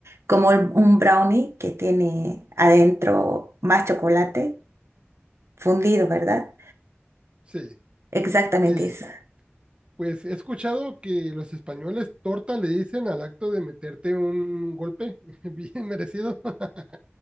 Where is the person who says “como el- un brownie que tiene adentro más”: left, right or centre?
Right